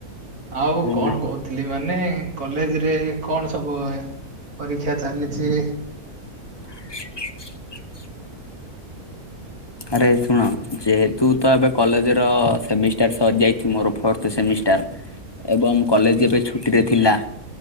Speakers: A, on the right; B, on the left.
A: ଆଉ
B: ଆରେ
A: କଣ
B: ନା
A: କହୁ ଥିଲି ମାନେ କଲେଜ ରେ କଣ ସବୁ ପରୀକ୍ଷା ଚାଲିଛି
B: <inaudible> ଆରେ ଶୁଣ ଯେହେ ତୁ ତ ଏବେ କଲେଜ ର ସେମିଷ୍ଟାର ସରିଯାଇଛି ମୋର ଫୋର୍ଥ ସେମିଷ୍ଟାର ଏବଂ କଲେଜ ଏବେ ଛୁଟିରେ ଥିଲା